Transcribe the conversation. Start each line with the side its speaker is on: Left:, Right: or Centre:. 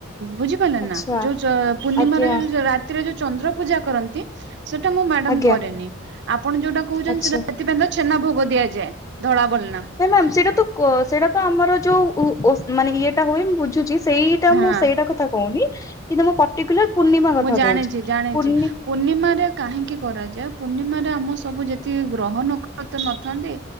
Right: ବୁଝି
Left: ଆଚ୍ଛା
Right: ନା ଯୋଉ ପୂର୍ଣ୍ଣିମ
Left: ଆଜ୍ଞା
Right: ଯୋଉ ରାତିରେ ଯୋଉ ଚନ୍ଦ୍ର ପୂଜା କରନ୍ତି। ସେଇଟା ମୁଁ ମ୍ୟାଡାମ
Left: ଆଜ୍ଞା
Right: କରେନି ଆପଣ ଯୋଉଟା କହୁଛନ୍ତି
Left: ଆଚ୍ଛା।
Right: ସେଟା ସେଥିପାଇଁ ତ ଛେନା ଭୋଗ ଦିଆଯାଏ ଧଳା ବୋ ନା
Left: ମ ସେଇଟା ତ ସେଇଟା ତ ଆମର ଯୋଉ ମାନେ ଇଏଟା ହୁଏ ମୁଁ ବୁଝୁଛି ସେଇ
Right: ହଁ
Left: ମୁଁ ସେଇଟା କଥା କହୁନି କିନ୍ତୁ ମୁଁ ପର୍ଟିକୁଲାର ପୂର୍ଣ୍ଣିମା କଥା
Right: ମୁଁ ଜାଣିଛି
Left: କହୁଛି।
Right: ଜାଣିଛି ପୂର୍ଣ୍ଣିମାରେ କାହିଁକି କରାଯାଏ ପୂର୍ଣ୍ଣିମାରେ ଆମ ସବୁ ଯେତିକି ଗ୍ରହଣ ନଥାନ୍ତି।